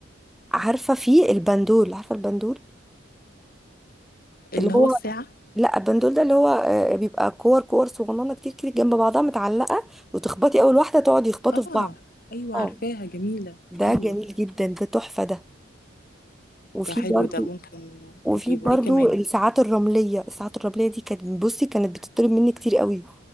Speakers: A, in the centre; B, on the left (about 45°).
A: عارفه في البندول عارفه البندول
B: اللي
A: اللي
B: هو
A: هو
B: الساعه
A: لا البندول ده اللي هو آه، بيبقى كور كور صغننه كتير كده جنب بعضها متعلقه وتخبطي اول واحده تقعد يخبطوا
B: اه
A: في بعض
B: ايوه
A: اه
B: عارفاها جميله
A: ده
B: ايوه
A: جميل جدا ده تحفه ده وفي
B: ده حلو
A: برضو
B: ده ممكن
A: وفي
B: اجيبه
A: برضو
B: ايه كمان
A: الساعات الرمليه الساعات الرمليه دي كانت بصي كانت بتطلب مني كتير قوي